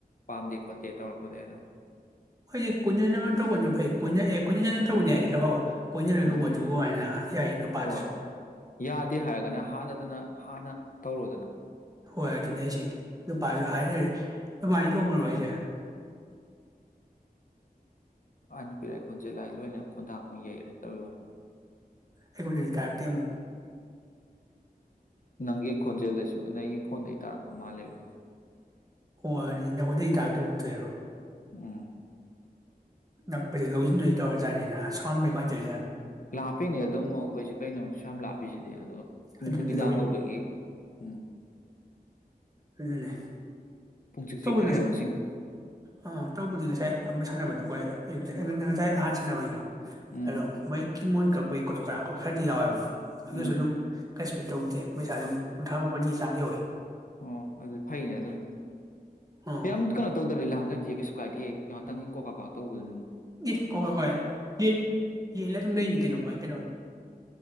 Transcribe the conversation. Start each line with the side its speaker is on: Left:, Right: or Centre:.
Left: ꯄꯥꯝꯗꯦ ꯈꯣꯠꯇꯦ ꯇꯧꯔꯛꯄꯗꯤ ꯑꯗꯣ
Right: ꯑꯩꯗꯤ ꯀꯨꯟ ꯇꯧꯕꯅ ꯐꯩ ꯀꯨ ꯑꯦ ꯀꯨꯟꯖꯠ ꯇꯧꯕꯅꯤ ꯍꯥꯏꯗꯤ ꯈꯔ ꯐꯕ ꯀꯣꯏꯅꯔꯒꯕꯨ
Left: ꯎꯝ
Right: ꯑꯗꯨ ꯑꯣꯏꯅ ꯌꯥꯏ ꯅꯨꯄꯥꯗꯨꯁꯨ
Left: ꯍꯣꯏ ꯌꯥꯗꯦ ꯍꯥꯏꯔꯒꯅ ꯍꯥꯟꯅꯗꯅ ꯍꯥꯟꯅ ꯇꯧꯔꯣꯗꯅ
Right: ꯍꯣꯏ ꯑꯗꯨꯅꯦ ꯑꯩꯁꯤ ꯅꯨꯄꯥꯁꯨ ꯍꯥꯏꯅꯔꯤ ꯅꯨꯄꯥꯗꯤ ꯂꯣꯡꯈ꯭ꯔꯕ ꯍꯥꯏꯁꯦ
Left: ꯑ ꯅꯨ ꯄꯤꯔꯛ ꯈꯣꯟꯖꯦꯜ ꯂꯥꯏ ꯂꯣꯏꯅ ꯈꯣꯟꯊꯥꯡ ꯑꯃ ꯌꯩꯔꯦ ꯇꯧꯚ
Right: ꯑꯩꯣ ꯇꯥꯔꯇꯌꯥ ꯑꯃꯣ
Left: ꯅꯪꯒꯤ ꯈꯣꯟꯖꯦꯜꯗꯁꯨ ꯅꯪꯒꯤ ꯐꯣꯟꯗꯒꯤ ꯇꯥꯔꯛꯄ ꯃꯥꯜꯂꯦꯕ
Right: ꯑꯣ ꯏꯅꯣꯏ ꯏ ꯇꯧꯒꯨꯝꯖꯩꯌꯦꯕ
Left: ꯎꯝ
Right: ꯅꯛꯄꯁꯦ ꯂꯧꯁꯤꯟꯗꯣꯏꯩ ꯇꯧꯔ ꯖꯠꯅꯤꯅ ꯁꯥꯎꯟ ꯃꯩ ꯀ ꯇꯧ
Left: ꯂꯥꯞꯄꯤꯅꯦ ꯑꯗꯨꯝ ꯑꯩꯈꯣꯏꯁꯦ ꯀꯩꯅꯣ ꯁ ꯌꯥꯝ ꯂꯥꯞꯄꯤꯁꯤꯗꯤ ꯑꯗꯣ
Right: ꯑꯗꯨꯗꯤ
Left: ꯅꯨꯃꯤꯗꯥꯡ ꯑꯣꯏꯕꯒꯤ ꯎꯝ
Right: ꯀꯅꯦ
Left: ꯄꯨꯡꯆꯤꯛ
Right: ꯇꯧꯕ
Left: ꯆꯤꯛꯈ꯭ꯔꯦ
Right: ꯉꯁꯥꯏ
Left: ꯍꯥꯏꯕ ꯆꯤꯡ
Right: ꯑ ꯇꯧꯕꯗꯤ ꯉꯁꯥꯏ ꯑꯃ ꯁꯥꯟꯅꯕꯗꯣ ꯑꯩꯈꯣꯏ ꯑꯌꯨꯛꯇ ꯉꯟꯅ ꯉꯁꯥꯏ ꯑꯍꯥꯟ ꯁꯥꯟꯅꯕꯩꯗꯣ
Left: ꯎꯝ
Right: ꯑꯗꯣ ꯃꯣꯢ <inaudible> ꯀꯛꯄꯩ <unintelligible> ꯈꯗꯤ ꯌꯥꯎꯋꯦꯕ ꯑꯗꯨꯁꯨ
Left: ꯎꯝ
Right: ꯑꯗꯨꯝ ꯀꯩꯁꯨꯗꯤ ꯇꯧꯗꯦ ꯄꯩꯁꯥ ꯑꯗꯨꯝ ꯀꯨꯟꯊ꯭ꯔꯥ ꯃꯥꯄꯜꯒꯤ ꯆꯥꯡ ꯌꯧꯋꯦ
Left: ꯑꯣ ꯑꯗꯨ ꯐꯩꯅꯦ ꯑꯗꯨꯝ
Right: ꯑꯣ
Left: ꯌꯥꯝ ꯀꯩꯅꯣ ꯇꯧꯗꯔꯗꯤ <unintelligible> ꯀꯩꯁꯨ ꯀꯥꯏꯗꯦ ꯉꯥꯏꯇꯪꯒꯤ ꯀꯣ ꯀꯥꯥꯛ ꯇꯧꯕꯗꯨꯅꯤ
Right: ꯑꯦ <unintelligible> ꯑꯗꯨꯝ ꯂꯩꯅꯤ ꯀꯩꯅꯣ ꯃꯣꯏ ꯀꯩꯅꯣ